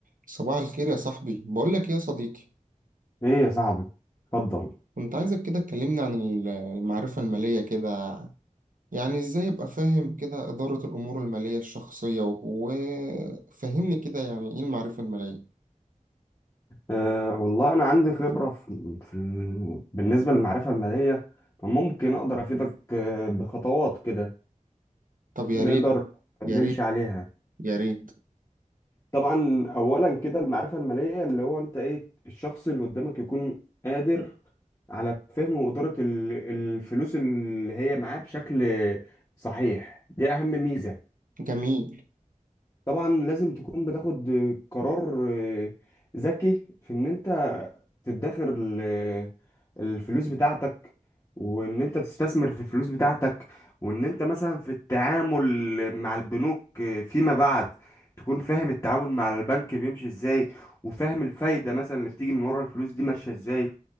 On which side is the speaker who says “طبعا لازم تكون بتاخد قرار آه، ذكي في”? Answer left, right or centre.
Left